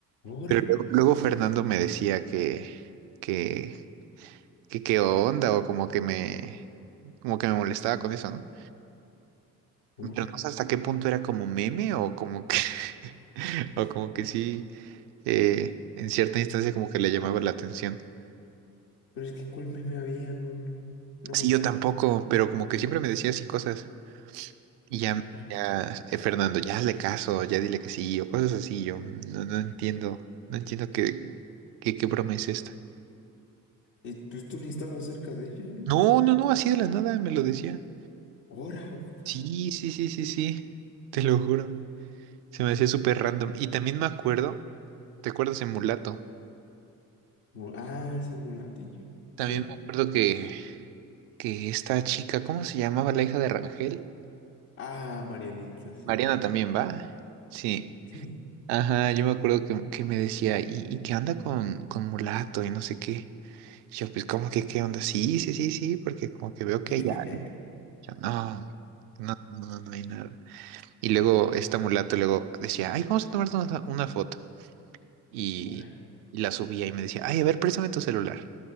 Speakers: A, on the left; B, on the right.
A: Ora,
B: Pero luego, luego Fernando me decía que, que, que qué onda o como que me como que me molestaba con eso, ¿no?
A: ora.
B: Pero no sé hasta qué punto era como meme o como que <laughs> o como que sí eh, en cierta instancia como que le llamaba la atención.
A: Pero es que ¿cuál meme había? No, no, no
B: Sí,
A: me acuerdo.
B: yo tampoco, pero como que siempre me decía así cosas y ya
A: Ora.
B: ya eh, Fernando, ya hazle caso, ya dile que sí o cosas así, yo no, no entiendo, no entiendo qué qué qué broma es esta.
A: Eh, pues tú ni estabas cerca de ella, ¿no?
B: No, no, no, así de la nada me lo decía.
A: Ora, ufa.
B: Sí, sí, sí, sí, sí, te lo juro. Se me hacía súper random. Y también me acuerdo, ¿te acuerdas de Mulato?
A: Mu- Ah, sí, mulatillo.
B: También
A: Sí.
B: me acuerdo que, que esta chica, ¿cómo se llamaba la hija de Rangel?
A: Ah, Marianita, sí.
B: Mariana también, ¿va? Sí.
A: Sí.
B: Ajá, yo me acuerdo que, que me decía, ¿y, y qué onda con, con Mulato? Y no sé qué. Y Yo, pues, ¿cómo que qué onda? Sí, sí, sí, sí, porque como que veo que
A: <laughs>
B: hay algo. Yo, no, no, no, no, no hay nada. Y luego esta Mulato luego decía, ay, vamos a tomar una, una foto. y,
A: Ora.
B: y la subía y me decía, ay, a ver, préstame tu celular.